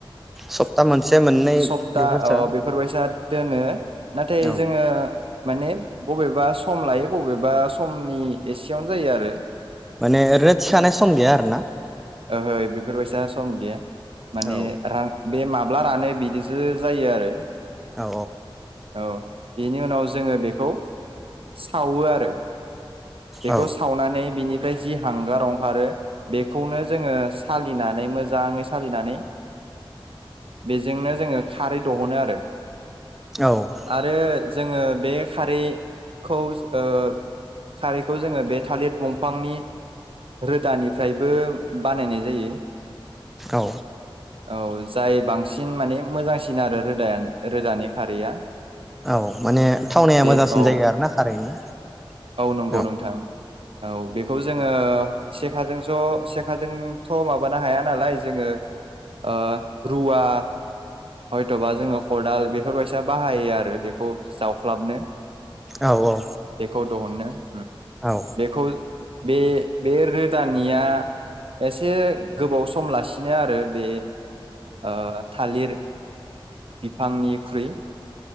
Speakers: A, in the centre; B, on the right (about 75°).
A: सप्ता मोनसे मोननै
B: सप्ता
A: बेफोरसो
B: अ बेफोरबायसा दोनो नाथाय
A: औ
B: जोङो माने बबेबा सम लायो बबेबा समनि एसेयावनो जायो आरो
A: माने ओरैनो थिखानाय सम गैया आरो ना
B: ओहै बेफोरबायसा सम गैया माने
A: औ
B: रां बे माब्ला रानो बिदिसो जायो आरो
A: औ
B: औ बेनि उनाव जोङो बेखौ सावो आरो बेखौ
A: औ
B: सावनानै बिनि फ्राय जि हांगार ओंखारो बेखौनो जोङो सालिनानै मोजाङै सालिनानै बेजोंनो जोङो खारै दहनो आरो
A: औ
B: आरो जोङो बे खारैखौ ओ खारैखौ जोङो बे थालिर दंफांनि रोदानिफ्रायबो बानायनाय जायो
A: औ
B: औ जायो बांसिन माने मोजांसिन आरो रोदा रोदानि खारैया
A: औ माने थावनाया
B: बे
A: मोजांसिन
B: औ
A: जायो आरोना खारैना
B: नंगौ
A: औ
B: नोंथां औ बेखौ जोङो सेखाजों ज' सेख खाजोंथ' माबानो हाया नालाय जोङो ओ रुवा हयथ'बा जोङो कदाल बेफोरबायसा बाहायो आरो बेखौ जावख्लाबनो
A: औ औ
B: बेखौ देहुननो
A: औ
B: बेखौ बे बे रोदानिया एसे गोबावस सम' लासिनो आरो बे ओ थालिर बिफांनिख्रुइ